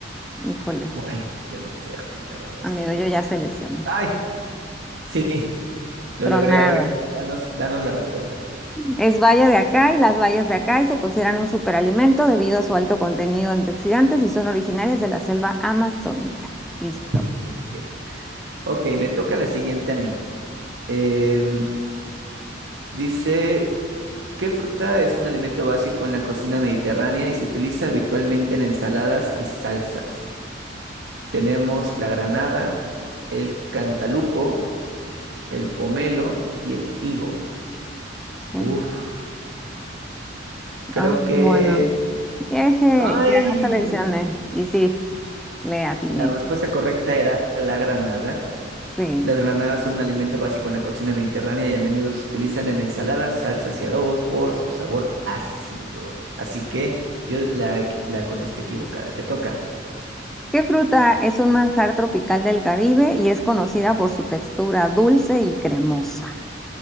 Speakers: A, in the centre; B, on the right (about 65°).
A: híjole,
B: uy, yo no sé aquí, la verdad,
A: amigo,
B: estoy bien
A: yo ya
B: perdido.
A: seleccioné.
B: ¡Ay! Sí, lo
A: Tronada.
B: logré. A ver, danos, danos la respuesta.
A: Es baya de acai. Las bayas de acai se consideran un superalimento debido a su alto contenido de antioxidantes y son originarias de la selva amazónica. Listo.
B: Excelente. Ok, me toca la siguiente a mí. Em, dice, ¿qué fruta es un alimento básico en la cocina mediterránea y se utiliza habitualmente en ensaladas y salsas? Tenemos la granada, el cantalupo, el pomelo y el higo.
A: Bueno,
B: Uf, creo
A: ah, bueno.
B: que...
A: Eje,
B: ¡Ay!
A: ya seleccioné. Y sí, le atiné.
B: La respuesta correcta era la granada.
A: Sí.
B: Las granadas son un alimento básico en la cocina mediterránea y a menudo se utilizan en ensaladas, salsas y adobos por su sabor ácido. Así que yo la, la contesté equivocada. Te toca.
A: ¿Qué fruta es un manjar tropical del Caribe y es conocida por su textura dulce y cremosa?